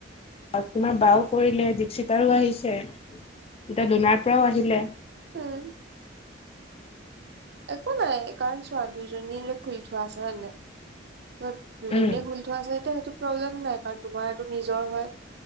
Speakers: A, on the left; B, on the right.
A: আ তোমাৰ বাও কৰিলে জীপ চিতাৰো আহিছে। যেতিয়া দোনাৰ পৰাও আহিলে।
B: উম। একো নাই এই কাৰণ চোৱা দুইজনী যে খুলি থোৱা আছে হয় নে নাই? ত দুজনীয়ে
A: উম
B: খুলি ত আচলতে সেইটো প্ৰব্লেম নাই কাৰণ তোমাৰটো নিজৰ হয়